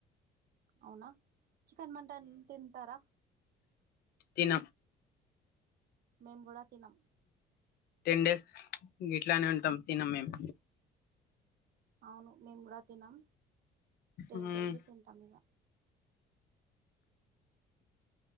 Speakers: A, on the right; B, on the left.
A: అవునా చికెన్ మంటన్ తింటారా
B: తిన
A: మెంగుడ తినం
B: టెన్ డేస్ గిట్లానే ఉంటాం తినం మేము
A: అవును మేము గుడా తినం టెన్
B: ఉమ్
A: రోజు తింటాం ఇగ